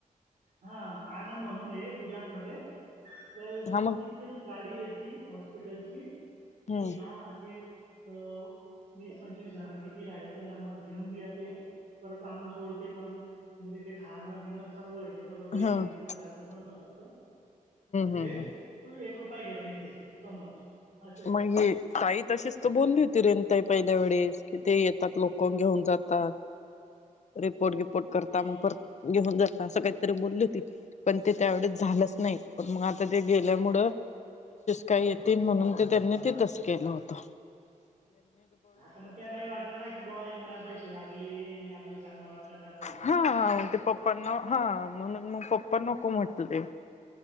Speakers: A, on the right (about 65°); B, on the left (about 55°).
A: हा आनंद म्हणून ये, गुजरातमध्ये तर
B: हा मग
A: तिथे गाडी ती हॉस्पिटलची ती
B: हम्म
A: ना अशी अ वीस पंचवीस जण किती राहिले त्यांना मग घेऊन बी ज ते परत आणून सोडते पण म्हणजे तिथे खाणं पिणं सर्व आहे एक
B: हा
A: जणच
B: हम्म
A: राहायच पण रा तिथे
B: हम्म हम्म
A: पाय घेत नाही ते समोरचे असं आहे
B: मग ताई तशीच त बोलली होती रेनताई पहिल्या वेळेस कि ते येतात लोक घेऊन जातात रिपोर्ट वििपोर्ट
A: आणि
B: करता
A: ते
B: म पर घेऊ काहीत बली हो पण त्यावे झालंच नाही प मग आ गेल्यामु का ये म्हण त्यांनी तिथच केलं होत
A: आता मग त्यांनाही वाटलं ना कि ब यांना पैसे लागले आणि आपल्याला चांगला वाटत का परत जाऊन
B: हा हाग
A: करायचं
B: ते पप्पांना हा म्हणून मग पप्पा नको म्हटले